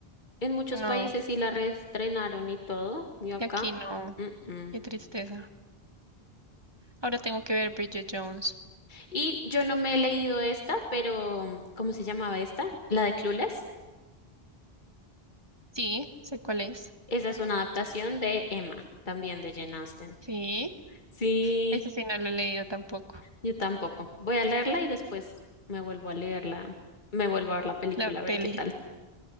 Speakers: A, on the left; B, on the right.
A: En muchos
B: No,
A: países sí la reestrenaron y todo. Y acá.
B: y aquí no,
A: mm, mm.
B: qué tristeza. Ahora tengo que ver Bridget Jones.
A: Y yo no me he leído esta, pero ¿cómo se llamaba esta? La de Clueless.
B: Sí, sé cuál es.
A: Esa es una adaptación de Emma, también de Jane Austen.
B: Sí,
A: Sí,
B: eso sí no lo he leído tampoco.
A: yo tampoco. Voy a leerla y después me vuelvo a leerla, me vuelvo a ver la película,
B: La peli.
A: a ver qué tal.